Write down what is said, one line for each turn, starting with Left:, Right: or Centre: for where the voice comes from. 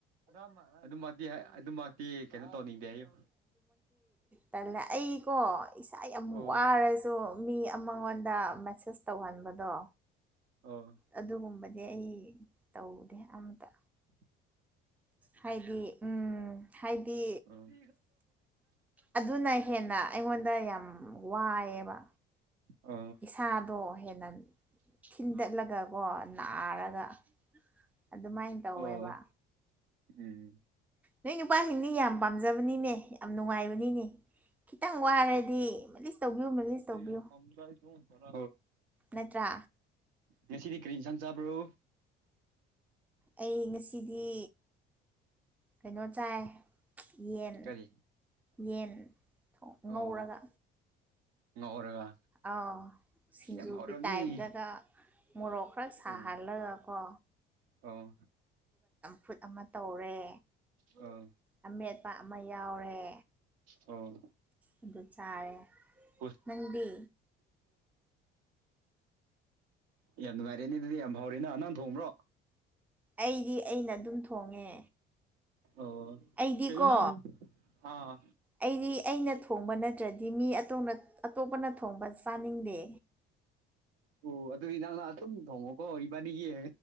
Right: ꯑ ꯑꯗꯨꯃꯛꯇꯤ ꯍꯥꯏ ꯑꯗꯨꯃꯛꯇꯤ ꯀꯩꯅꯣ ꯇꯧꯅꯤꯡꯗꯦ ꯑꯩꯌꯨ
Centre: ꯇꯜꯂ ꯑꯩꯀꯣ ꯏꯁꯥ ꯌꯥꯝ
Right: ꯑꯣ
Centre: ꯋꯥꯔꯁꯨ ꯃꯤ ꯑꯃꯉꯣꯟꯗ ꯃꯦꯁꯦꯁ ꯇꯧꯍꯟꯕꯗꯣ
Right: ꯑꯣ
Centre: ꯑꯗꯨꯒꯨꯝꯕꯗꯤ ꯑꯗꯤ ꯑꯩ ꯇꯧꯗꯦ ꯑꯝꯇ
Right: ꯎ
Centre: ꯍꯥꯏꯗꯤ ꯎꯝ ꯍꯥꯏꯗꯤ
Right: ꯑꯣ
Centre: ꯑꯗꯨꯅ ꯍꯦꯟꯅ ꯑꯩꯉꯣꯟꯗ ꯌꯥꯝ ꯋꯥꯏꯑꯦꯕ
Right: ꯑ
Centre: ꯏꯁꯥꯗꯣ ꯍꯦꯟꯅ ꯈꯤꯤꯟꯗꯠꯂꯒꯀꯣ ꯅꯥꯔꯒ ꯑꯗꯨꯃꯥꯏꯅ ꯇꯧꯋꯦꯕ
Right: ꯑꯣ ꯎꯝ
Centre: ꯅꯣꯏ ꯅꯨꯄꯥꯁꯤꯡꯗꯤ ꯌꯥꯝ ꯄꯥꯝꯖꯕꯅꯤꯅꯦ ꯌꯥꯝ ꯅꯨꯡꯉꯥꯏꯕꯅꯤꯅꯦ ꯈꯤꯇꯪ ꯋꯥꯔꯗꯤ ꯇꯧꯕꯤꯌꯨ ꯃꯥꯂꯤꯁ ꯇꯧꯕꯤꯌꯨ
Right: ꯑ ꯐꯖꯥꯏꯁꯤ ꯍ ꯈꯔ
Centre: ꯅꯠꯇ꯭ꯔꯥ
Right: ꯉꯁꯤꯗꯤ ꯀꯔꯤ ꯏꯟꯁꯥꯡ ꯆꯥꯕ꯭ꯔꯣ
Centre: ꯑꯩ ꯉꯁꯤꯗꯤ ꯀꯩꯅꯣ ꯆꯥꯏ ꯌꯦꯟ
Right: ꯀꯔꯤ
Centre: ꯌꯦꯟ
Right: ꯑꯣ
Centre: ꯉꯧꯔꯒ
Right: ꯉꯧꯔꯒ
Centre: ꯑꯥꯎ ꯁꯤꯡꯖꯨꯒꯤ
Right: ꯌꯥꯝ ꯍꯥꯎꯔꯝꯅꯤ
Centre: ꯇꯥꯏꯞꯇꯒ ꯃꯣꯔꯣꯛ ꯈꯔ ꯁꯥꯍꯜꯂꯒ
Right: ꯎꯝ
Centre: ꯀꯣ
Right: ꯑꯣ
Centre: ꯐꯨꯠ ꯑꯃ ꯇꯧꯔꯦ
Right: ꯑꯣ
Centre: ꯑꯃꯦꯠꯄ ꯑꯃ ꯌꯥꯎꯔꯦ
Right: ꯑꯣ
Centre: ꯑꯗꯨ ꯆꯥꯔꯦ
Right: ꯍꯣꯏ
Centre: ꯅꯪꯗꯤ
Right: ꯌꯥꯝ ꯅꯨꯡꯉꯥꯏꯔꯦꯅꯦ ꯑꯗꯨꯗꯤ ꯌꯥꯝ ꯐꯥꯎꯔꯦ ꯅ ꯅꯪ ꯊꯣꯡꯕ꯭ꯔꯣ
Centre: ꯑꯩꯗꯤ ꯑꯩꯅ ꯑꯗꯨꯝ ꯊꯣꯡꯉꯦ
Right: ꯑꯣ
Centre: ꯑꯩꯗꯤꯀꯣ
Right: ꯇꯅ ꯑꯥ
Centre: ꯑꯩꯗꯤ ꯑꯩꯅ ꯊꯣꯡꯕ ꯅꯠꯇ꯭ꯔꯗꯤ ꯃꯤ ꯑꯇꯣꯞꯄꯅ ꯊꯣꯡꯕ ꯆꯥꯅꯤꯡꯗꯦ
Right: ꯑꯣ ꯑꯗꯨꯗꯤ ꯅꯪꯅ ꯑꯗꯨꯝ ꯊꯣꯡꯉꯣꯀꯣ ꯏꯕꯥꯅꯤꯒꯤ